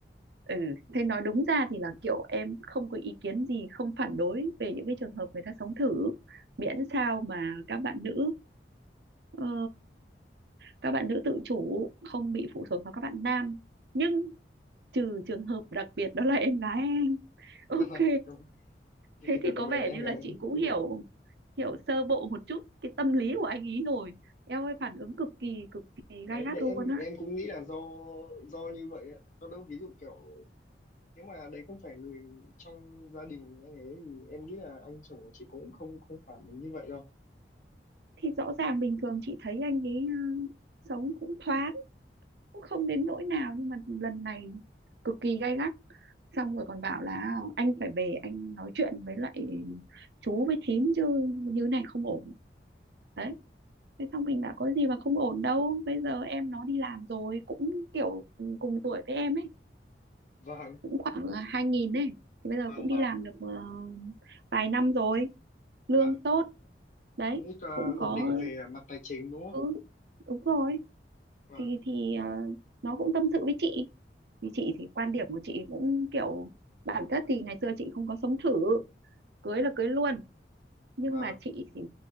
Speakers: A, on the right; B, on the left.
A: Ừ, thế nói đúng ra thì là kiểu em không có ý kiến gì, không phản đối về những cái trường hợp người ta sống thử, miễn sao mà các bạn nữ ờ, ờ, các bạn nữ tự chủ không bị phụ thuộc vào các bạn nam. Nhưng trừ trường hợp đặc biệt đó là em gái em. Ok,
B: <laughs> do chỉ
A: thế
B: chỉ cần
A: thì
B: đặc
A: có vẻ
B: biệt là em
A: như
B: gái
A: là
B: em.
A: chị cũng hiểu hiểu sơ bộ một chút cái tâm lý của anh ý rồi. Em ơi phản ứng cực kỳ cực kỳ
B: đấy
A: gay gắt
B: nên
A: luôn
B: em
A: á.
B: em cũng nghĩ là do do như vậy á còn đâu ví dụ kiểu nếu mà đấy không phải người trong gia đình anh ấy thì em nghĩ là anh chồng của chị cũng không không phản ứng như vậy đâu
A: Thì rõ ràng bình thường chị thấy anh ấy ờ, sống cũng thoáng cũng không đến nỗi nào nhưng mà lần này cực kỳ gay gắt xong rồi còn bảo là anh phải về anh nói chuyện với lại chú với thím chứ như này không ổn đấy thế xong mình đã có gì mà không ổn đâu bây giờ em nó đi làm rồi cũng kiểu cùng tuổi với em ấy
B: vâng
A: cũng khoảng hai nghìn ấy thì bây giờ
B: vâng
A: cũng đi
B: vâng
A: làm được ờ, vài năm rồi lương
B: dạ
A: tốt đấy
B: cũng ờ,
A: cũng
B: ổn
A: có
B: định về mặt tài chính đúng không
A: ừ, đúng rồi
B: và
A: thì thì ờ, nó cũng tâm sự với chị như chị thì quan điểm của chị cũng kiểu bản chất thì ngày xưa chị không có sống thử cưới là cưới luôn nhưng
B: và
A: mà chị thì